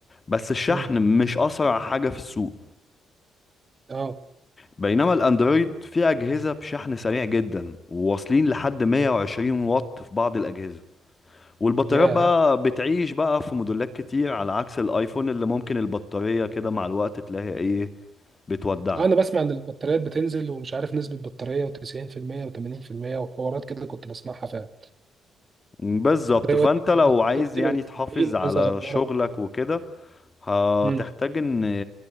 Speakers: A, on the left (about 30°); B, on the right (about 35°).
A: بس الشحن
B: امم
A: مش أسرع حاجة في السوق
B: اه
A: بينما الاندرويد فيه اجهزه بشحن سريع جدا وواصلين لحد 120 واط في بعض الاجهزه والبطاريات
B: ياه
A: بقى بتعيش بقى في موديلات كتير على عكس الايفون اللي ممكن البطاريه كده مع الوقت تلاقي ايه بتودعك
B: آه، انا بسمع ان البطاريات بتنزل ومش عارف نسبة بطارية و90% و80% وحوارات كده كنت بسمعها فعلا
A: بالظبط
B: ده يقول
A: فانت
B: لك
A: لو
B: أنا
A: عايز
B: بطاريتي
A: يعني
B: بقت
A: تحافظ
B: 70
A: على
B: عايز اغيرها
A: شغلك وكده هتحتاج
B: مم.
A: ان